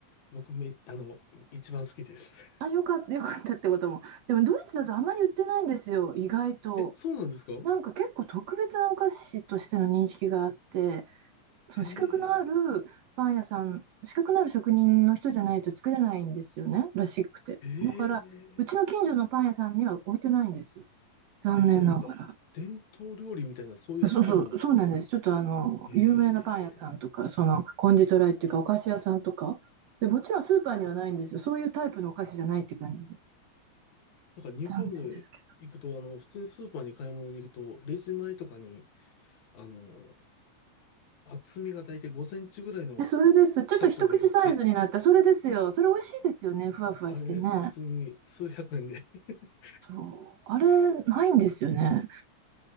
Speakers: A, on the left; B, on the right.
A: 僕め、あの、一番好きです。
B: あ、よかった、よかったってことも。でも、ドイツだとあまり売ってないんですよ、意外と。
A: <laughs> え、そうなんですか
B: なんか結構特別なお菓子としての認識があって、その資格のあるパン屋さん、
A: ええ
B: 資格のある職人の人じゃないと作れないんですよね、らしくて。
A: ええ
B: だから、うちの近所のパン屋さんには置いてないんですよ、残念ながら。
A: え、じゃあなんか、伝統料理みたいなそういう扱いなんですかね。
B: そうそう、そうなんです。ちょっとあの、
A: ええ
B: 有名なパン屋さんとか、そのコンディトライっていうか、お菓子屋さんとか、で、もちろんスーパーにはないんですよ。そういうタイプのお菓子じゃないって感じで。
A: なんか日本で行くと、
B: 残念ですけ
A: あの、普通にスーパーに買い物に行くと、レジ前とかに、あの、厚みが大体5センチぐらいの
B: ど。え、それです。ちょっと一口サイズになった。
A: カットで
B: それですよ。それ美味しいですよね。ふわふわしてね。
A: なんかあれ、普通に数百円で <laughs>
B: そう、あれ、ないんですよね。